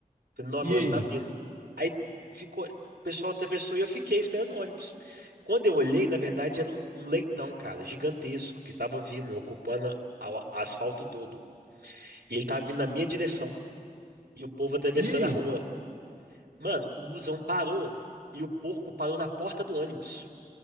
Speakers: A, on the right; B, on the right.
A: Falei, não,
B: E
A: meu ônibus
B: aí?
A: tá vindo. Aí ficou. O pessoal atravessou e eu fiquei esperando o ônibus. Quando eu olhei, na verdade, era um, um leitão, cara, gigantesco, que tava vindo, ocupando a- o asfalto todo. E ele tava vindo na minha direção. E o povo atravessando
B: E aí?
A: a rua. Mano, o busão parou e o porco parou na porta do ônibus,